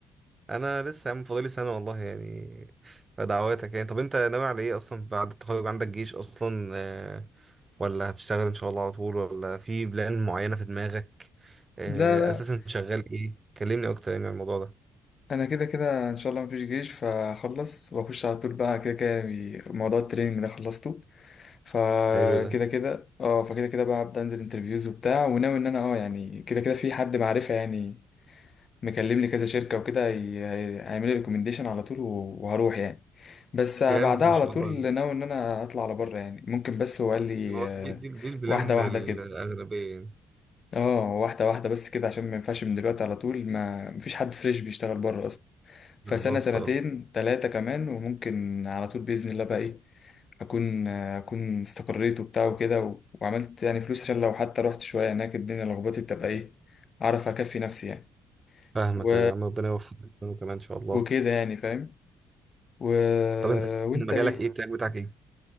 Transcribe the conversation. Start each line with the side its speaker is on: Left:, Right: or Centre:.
Right: انا لسه يا عم فاضلي سنه والله يعني فدعواتك يعني طب انت ناوي على ايه اصلا بعد التخرج عندك جيش اصلا آه، ولا هتشتغل ان شاء الله على طول ولا في بلان معينه في دماغك آه،
Left: لا لا
Right: اساسا شغال ايه كلمني اكتر يعني عن الموضوع ده
Left: انا كده كده ان شاء الله مفيش جيش فهخلص واخش على طول بقى كده كده بي- موضوع التريننج ده خلصته فكده
Right: حلو ده
Left: كده اه فكده كده بقى هبدا انزل انترفيوز وبتاع وناوي ان انا اه يعني كده كده في حد معرفه يعني مكلم لي كذا شركة وكده هي- هي- هيعمل لي ريكومنديشن على طول و- وهروح يعني بس بعدها
Right: جامد ما
Left: على
Right: شاء
Left: طول
Right: الله
Left: ناوي ان انا اطلع على بره يعني ممكن بس هو قال لي
Right: ما هو
Left: آه،
Right: دي دي, دي البلان
Left: واحدة واحدة
Right: الاغلبيه
Left: كده
Right: يعني
Left: اه واحدة واحدة بس كده عشان ما ينفعش من دلوقتي على طول ما مفيش حد فريش بيشتغل بره اصلا فسنة
Right: بالظبط
Left: سنتين
Right: اه
Left: تلاتة كمان وممكن على طول بإذن الله بقى ايه اكون آه، اكون استقريت وبتاع وكده و- وعملت يعني فلوس عشان لو حتى رحت شوية هناك الدنيا لخبطت تبقى ايه اعرف اكفي نفسي يعني
Right: فاهمك
Left: و...
Right: يا عم ربنا يوفقك كمان ان شاء الله
Left: وكده يعني فاهم و...
Right: طب انت أساساً
Left: وانت
Right: مجالك
Left: ايه
Right: ايه التراك بتاعك ايه